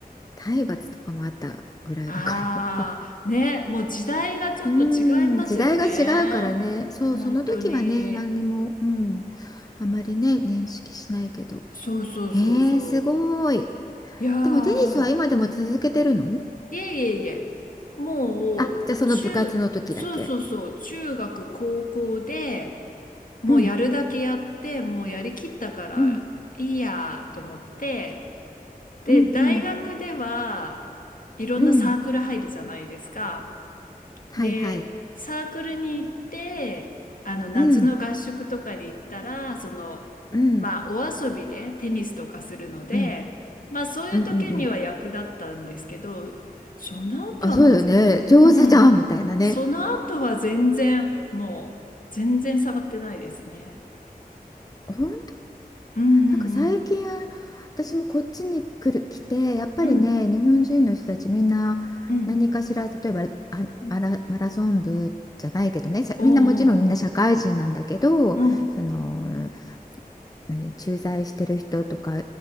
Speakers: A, on the left; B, on the left.
A: 体罰とかもあったぐらいだから。
B: ああ、ね、もう時代がちょっと違いますよね。
A: うーん、時代が違うからね。そう、
B: 本当に。
A: その時はね、何にも、うん、あまりね、認識しないけど。
B: そうそうそうそう。
A: へえ、すごい。
B: いやー、
A: でもテニスは今でも続けてるの
B: いえいえいえ、もう、
A: あ、じゃあその部活の時だけ。
B: 中、そうそうそう、中学、高校で、もうやるだけやって、
A: うん、
B: もうやりきったからいいやと思って、
A: うん、
B: で、
A: うん、
B: 大学では、
A: うん、
B: いろんなサークル入るじゃないですか。
A: うん。はいはい。
B: で、サークルに行って、あの、夏の合宿とかに行ったら、
A: うん、
B: その、
A: うん、
B: まあ、お遊びでテニスとかするので、
A: うん、
B: まあ、そういう時には役立ったんですけど、
A: うん、うん、うん。
B: その後はもうず、
A: あ、そうだよね。上手じゃんみたいなね。
B: うん、その後は全然、もう、全然触ってないですね。
A: 本当に
B: うんうんうん。
A: なんか最近私もこっちに来る来てやっぱりね日本人の人たちみんな何かしら例えばあマラ、
B: うん、うん。
A: マラソン部じゃないけどねさみんなもちろんみんな社会人なんだけどその
B: おうおうおう。うん。
A: 何駐在してる人とか